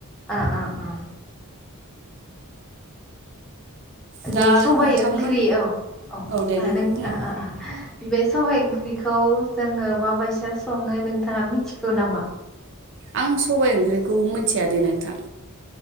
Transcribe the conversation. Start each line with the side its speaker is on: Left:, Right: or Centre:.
Centre: ओ ओ
Right: दा
Centre: दे सबायाइ
Right: नोंथांमोन
Centre: ओंख्रि औ औ मानो
Right: दे नोंथां बुंनाय
Centre: ओ ओ बे सबायाइ ओंख्रिखौ जोङो माबायदि सङो नोंथाङा मिथिगौ नामा?
Right: आं सबाय ओंख्रिखौ मिथियादै नोंथां।